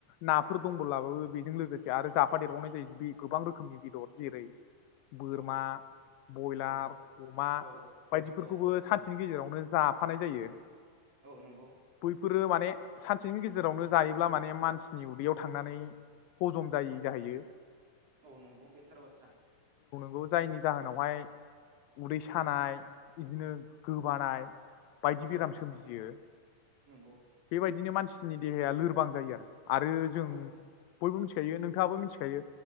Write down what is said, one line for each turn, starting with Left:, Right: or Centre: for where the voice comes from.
Left: नाफोर दंबोलाबाबो। बेजों लोगोसे आरो
Right: औ
Left: जाफादेरबावनाय जायो जो फि गोबां रोखोमनि बेदर जेरै बोरमा
Right: औ
Left: बयलार
Right: औ
Left: अमा
Right: औ
Left: बायदिफोरखौबो
Right: औ
Left: सानसे बिनि गेजेरावनो जाफानाय जायो।
Right: औ नंगौ
Left: बैफोरो माने सानसेनि गेजेरावनो जायोब्ला माने मानसि नि उदैयाव थांनानै हजम जायि जाहैयो।
Right: औ नंगौ बे थार बाथ्रा।
Left: ग जायनि जाहोनावहाय उदै सानाय इदिनो गोबानाय बायदि
Right: औ
Left: बेराम सोमजियो
Right: नंगौ।
Left: बेबायदिनो मानसिनि देहाया लोरबां जायो आरो। आरो जों
Right: औ
Left: बयबो मिथिखायो नोंथाङाबो मिथिखायो।